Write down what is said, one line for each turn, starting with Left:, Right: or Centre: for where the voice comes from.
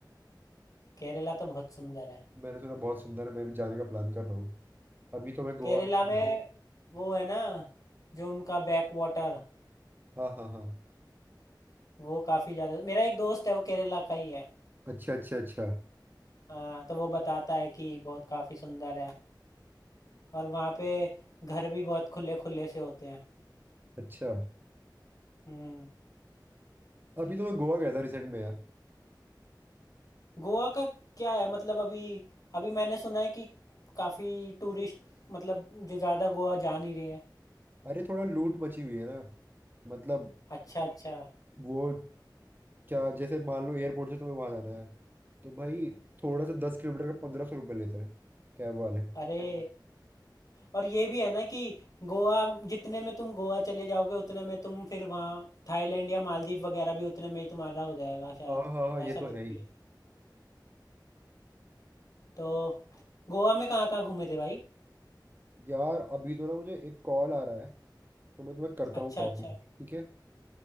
Left: केरला तो बहुत सुंदर है
Right: मैंने सुना बहुत सुंदर है मैं भी जाने का प्लान कर रहा हूँ अभी तो मैं गोवा
Left: केरला
Right: गया
Left: में
Right: था
Left: वो है ना जो उनका बैक वाटर
Right: हाँ हाँ हाँ
Left: वो काफ़ी ज़्यादा मेरा एक दोस्त है वो केरला का ही है
Right: अच्छा अच्छा अच्छा
Left: हाँ तो वो बताता है कि बहुत काफ़ी सुंदर है और वहाँ पे घर भी बहुत खुले खुले से होते हैं
Right: अच्छा
Left: हम्म
Right: अभी तो मैं गोवा गया था रिसेंट में यार
Left: गोवा का क्या है मतलब अभी अभी मैंने सुना है कि काफ़ी टूरिस्ट मतलब जो ज़्यादा गोवा जा नहीं रहे हैं
Right: अरे थोड़ा लूट मची हुई है ना मतलब
Left: अच्छा अच्छा
Right: वो क्या जैसे मान लो एयरपोर्ट से तुम्हें वहां जाना है तो भाई थोड़ा सा दस किलोमीटर का पंद्रह सौ रुपये लेता है कैब वाले
Left: अरे और ये भी है ना कि गोवा जितने में तुम गोवा चले जाओगे उतने में तुम फिर वहाँ थाईलैंड या मालदीव वगैरह भी उतने में ही तुम्हारा हो जाएगा शायद
Right: हाँ हाँ हाँ ये
Left: ऐसा
Right: तो
Left: कुछ
Right: है ही
Left: भी है तो गोवा में कहाँ कहाँ घूमे थे भाई
Right: यार अभी तो ना मुझे एक कॉल आ रहा है तो मैं तुम्हें करता
Left: अच्छा
Right: हूँ कॉल
Left: अच्छा
Right: ठीक है